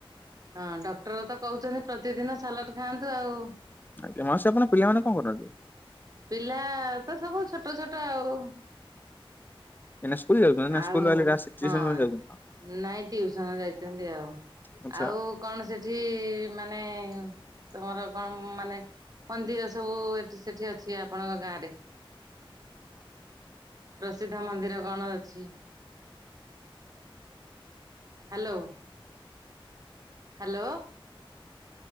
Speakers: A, on the right; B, on the left.
A: ହଁ ଡକ୍ଟର ତ କହୁଛନ୍ତି ପ୍ରତିଦିନ ସାଲାଟ୍ ଖାଆନ୍ତୁ ଆଉ।
B: ଆଜ୍ଞା ମାଉସୀ ଆପଣ ପିଲାମାନେ କଣ କରନ୍ତି?
A: ପିଲା ତ ସବୁ ଛୋଟ ଛୋଟ ଆଉ।
B: ଏଇନା ସ୍କୁଲ ଯାଉଛନ୍ତି
A: ଆଉ
B: ନା ସ୍କୁଲରୁ ଆଇଲେ <unintelligible>
A: ହଁ
B: ଟ୍ୟୁସନ୍ ଯାଉଛନ୍ତି?
A: ନାଇଁ ଟିଉସନ ଯାଇଚନ୍ତି ଆଉ।
B: ଆଚ୍ଛା
A: ଆଉ କଣ ସେଠି ମାନେ ତମର କଣ ମାନେ ମନ୍ଦିର ସବୁ ଏଠି ସେଠି ଅଛି ଆପଣଙ୍କ ଗାଁରେ? ପ୍ରସିଦ୍ଧ ମନ୍ଦିର କଣ ଅଛି? ହ୍ୟାଲୋ। ହ୍ୟାଲୋ।